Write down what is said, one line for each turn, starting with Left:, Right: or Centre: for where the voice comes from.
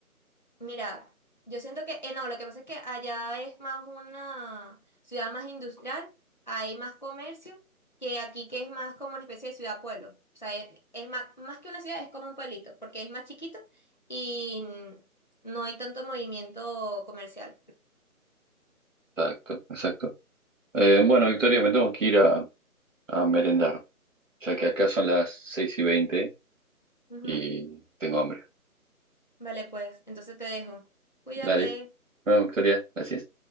Left: Mira, yo siento que, eh, no, lo que pasa es que allá es más una ciudad más industrial, hay más comercio, que aquí que es más como una especie de ciudad-pueblo. O sea, es, es más, más que una ciudad, es como un pueblito, porque es más chiquito y mm, no hay tanto movimiento comercial.
Right: Exacto, exacto. Eh, bueno, Victoria, me tengo que ir a, a merendar, ya que acá son las 6 y 20
Left: Ujú.
Right: y tengo hambre.
Left: Vale, pues, entonces te dejo. Cuídate.
Right: Dale, bueno, Victoria, gracias.